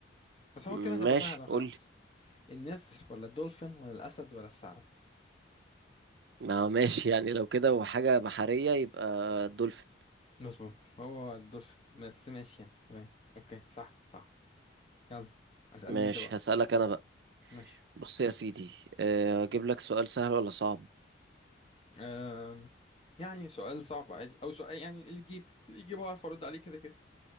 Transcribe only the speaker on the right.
م-
ماشي
قولي
ما هو ماشي <laughs> يعني لو كده وحاجة بحرية يبقى الدولفين
ماشي
هسألك أنا بقى
بص يا سيدي آه، أجيب لك سؤال سهل ولا صعب